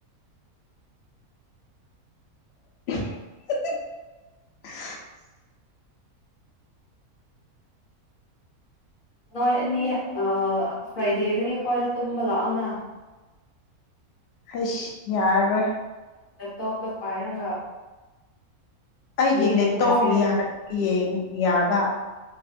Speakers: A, on the left; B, on the left.
A: <unintelligible>
B: ꯅꯣꯏ ꯑꯅꯤ꯫ ꯑꯣ꯫ ꯐ꯭ꯔꯥꯏꯗꯦꯗꯗꯤ ꯑꯩꯈꯣꯏꯗ ꯇꯨꯝꯕ ꯂꯥꯛꯑꯣꯅ꯫
A: ꯏꯁ ꯌꯥꯔꯣꯏ꯫
B: ꯂꯦꯞꯇꯣꯞꯇꯣ ꯄꯥꯏꯔꯒ꯫
A: ꯑꯩꯒꯤ
B: ꯌꯦꯡꯃꯤꯟꯅꯁꯦ
A: ꯂꯦꯞꯇꯣꯞ ꯌꯥ ꯌꯦꯡ ꯌꯥꯕ꯫